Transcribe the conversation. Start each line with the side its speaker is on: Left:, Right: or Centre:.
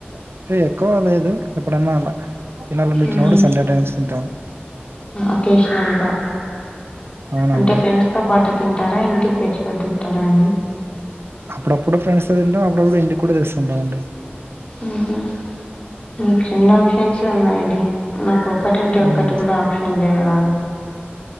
Right: అంటే ఎక్కువ లేదు ఎప్పుడన్నా అలా ఇంకా గుర్తొచ్చినప్పుడు
Left: మ్మ్
Right: సండే టైమ్స్ తింటాం
Left: అకేషనల్ గా
Right: అవునండి
Left: అంటే ఫ్రెండ్స్ తో పాటు తింటారా ఇంటికి తెచ్చుకొని తింటారా అండి
Right: అప్పుడప్పుడు ఫ్రెండ్స్ తో తింటాం అప్పుడప్పుడు ఇంటికి కూడా తెస్తుంటాడు అండి
Left: ఇంకా నీకు రెండు ఆప్షన్స్ ఉన్నాయండి నాకు ఒకటంటే ఒకటి
Right: అవును
Left: కూడా ఆప్షన్ లేదు అలాగా